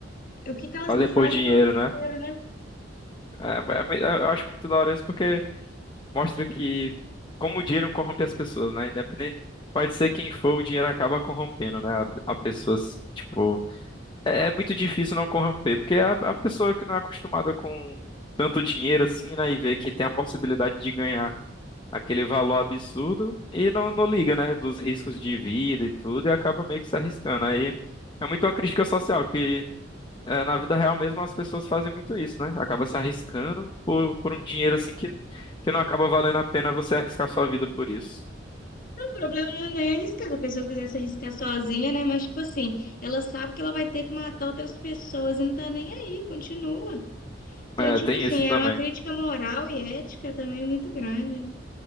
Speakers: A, on the left; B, on the left.
A: O que que elas
B: Fazer
A: não fazem
B: por dinheiro,
A: pelo dinheiro,
B: né?
A: né?
B: É, é mui- eu acho muito da hora isso porque. mostra que como o dinheiro corrompe as pessoas, né? Independente, pode ser quem for, o dinheiro acaba corrompendo, né? A, a pessoa, assim, tipo, é, é muito difícil não corromper, porque a, a pessoa que não é acostumada com tanto dinheiro assim, né? E vê que tem a possibilidade de ganhar aquele valor absurdo e não, não liga, né? Dos riscos de vida e tudo, e acaba meio que se arriscando. Aí é muito uma crítica social que é, na vida real mesmo as pessoas fazem muito isso, né? Acaba se arriscando por, por um dinheiro assim que, que não acaba valendo a pena você arriscar sua vida por isso.
A: O problema não é neles, cara. Se a pessoa quiser se arriscar sozinha, né? Mas, tipo assim, ela sabe que ela vai ter que matar outras pessoas e não tá nem aí, continua. Então,
B: É,
A: tipo
B: tem
A: assim,
B: isso também,
A: é uma crítica moral e ética também muito grande, né?